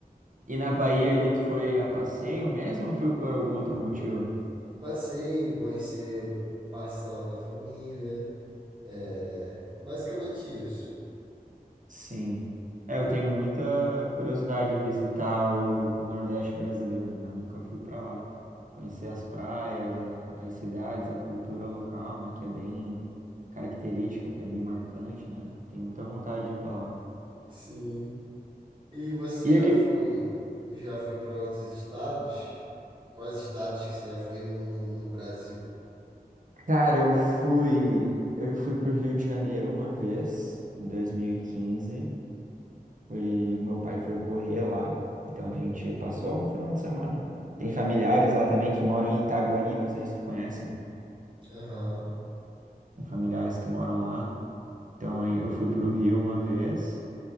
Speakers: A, on the right; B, on the right.
A: E na Bahia ali, tu foi a passeio mesmo ou foi por algum outro motivo?
B: Passei, conhecer parcela da família, é, basicamente isso.
A: Sim. É, eu tenho muita curiosidade em visitar o, o Nordeste brasileiro, né? Nunca fui para lá. Conhecer as praias, a- as cidades, a cultura local, né? Que é bem característica, que é bem marcante, né? Tenho muita vontade de ir para lá.
B: Sim. E você
A: E
B: já
A: aqui,
B: foi, já foi para outros estados? Quais estados que você já foi no, no, no Brasil?
A: Cara, eu fui, eu fui pro Rio de Janeiro uma vez, em 2015. Fui, meu pai foi correr lá, então a gente passou um final de semana. Tem familiares lá também que moram em Itaguaí, não sei se tu conhece.
B: Aham,
A: Tem familiares que moram lá. Então aí eu fui pro Rio uma vez.